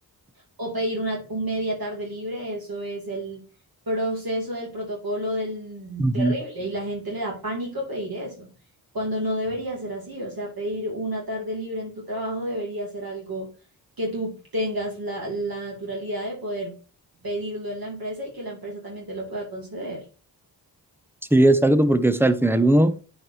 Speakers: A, on the right; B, in the centre.
A: o pedir una, un media tarde libre, eso es el proceso del protocolo del
B: ujú.
A: terrible y la gente le da pánico pedir eso, cuando no debería ser así, o sea, pedir una tarde libre en tu trabajo debería ser algo que tú tengas la, la naturalidad de poder pedirlo en la empresa y que la empresa también te lo pueda conceder.
B: Sí, exacto, porque o sea, al final uno